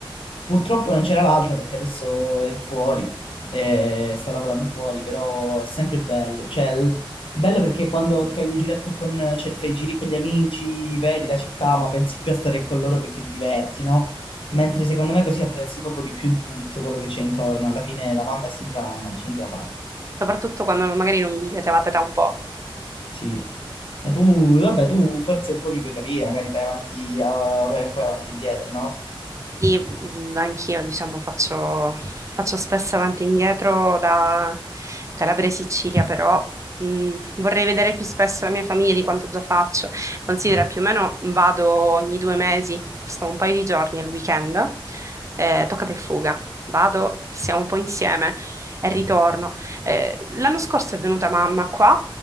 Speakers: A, on the left; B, on the right.
A: Purtroppo non c'era l'altra perché adesso è fuori, eh, sta lavorando fuori, però è sempre bello. Cioè, il- bello perché quando ti fai un giretto con, cioè ti fai i giri con gli amici, vedi la città, ma pensi più a stare con loro perché ti diverti, no? Mentre secondo me così apprezzi proprio di più tutto quello che c'è intorno. Alla fine la mamma è sempre la mamma, non c'entra da fare.
B: Soprattutto quando non- magari non vi vedevate da un po'.
A: Sì. Ma tu, vabbè, tu forse un po' mi puoi capire, magari fai avanti, eh, fai un po' avanti e indietro, no?
B: Sì, mh, anch'io diciamo faccio, faccio spesso avanti e indietro da Calabria e Sicilia, però mh, vorrei vedere più spesso la mia famiglia di quanto già faccio. Considera più o meno vado ogni due mesi, sto un paio di giorni al weekend, eh, toccata e fuga. Vado, siamo un po' insieme e ritorno. Eh, l'anno scorso è venuta mamma qua